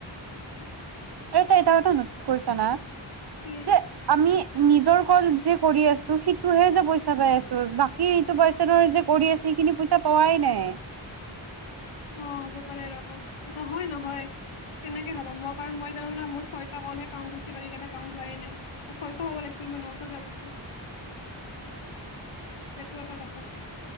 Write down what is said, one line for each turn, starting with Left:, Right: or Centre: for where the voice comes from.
Left: উম।
Right: তই টো নোটছ কৰিছ না
Left: কি
Right: যে আমি। নিজৰ কন যি কৰি আছো সেইটোহে যে পইচা পাই আছো বাকী সেইটো বৰ্ষাবাই যে কৰি আছে সেইখিনি পইচা পাৱাই নাই
Left: অ হ'ব পাৰে ৰ নহয় নহয় কেনেকে হ'ব মই কাৰণ মই যাও মোৰ ছয়টা কলহে কাউণ্ট হৈছে বাকী কেইটা কউণ্ট হোৱাই নাই ছয়শ হ'ব লাগিছিল মই নশকে ভাবছো সেইটো এটা কথা